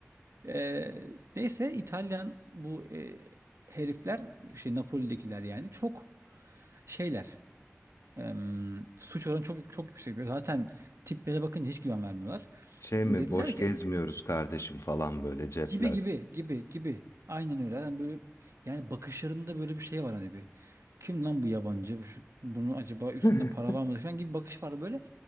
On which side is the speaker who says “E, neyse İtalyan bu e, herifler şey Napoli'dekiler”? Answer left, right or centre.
Right